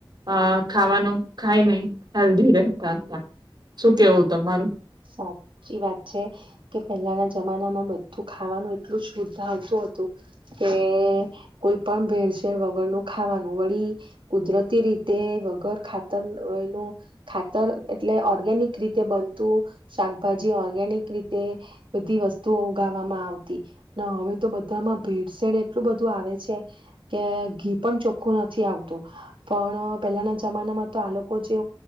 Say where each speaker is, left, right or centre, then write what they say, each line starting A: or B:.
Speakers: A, on the right; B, on the right.
A: અ ખાવાનું ખાય નહ હેલ્ધી રહેતા હતા શું કેવું તમારું.
B: સાચી વાત છે કે પહેલાના જમાનામાં બધું ખાવાનું એટલું શુદ્ધ આવતું હતું કે કોઈ પણ ભેળસેળ વગરનું ખાવાનું વળી કુદરતી રીતે વગર ખાતરનું ખાતર એટલે ઓર્ગેનિક રીતે બનતું શાકભાજી ઓર્ગેનિક રીતે બધી વસ્તુઓ ઉગાવામાં આવતી હવે તો બધામાં ભેડસેડ એટલું બધું આવે છે કે ઘી પણ ચોખ્ખું નથી આવતું પણ પેલાના જમાનામાં તો આ લોકો જે